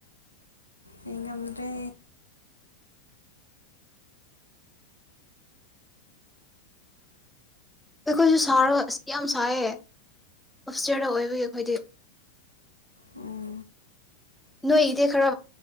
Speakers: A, on the left; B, in the centre.
A: ꯑꯩ ꯉꯝꯗ꯭ꯔꯦ
B: ꯑꯩꯈꯣꯏꯁꯨ ꯁꯥꯔꯒ ꯑꯁ ꯌꯥꯝ ꯁꯥꯏꯌꯦ ꯑꯞꯢꯁꯇ꯭ꯔꯗ ꯑꯣꯏꯕꯒꯤ ꯑꯩꯈꯣꯏꯗꯤ
A: ꯎꯝ
B: ꯅꯣꯏꯒꯤꯗꯤ ꯈꯔ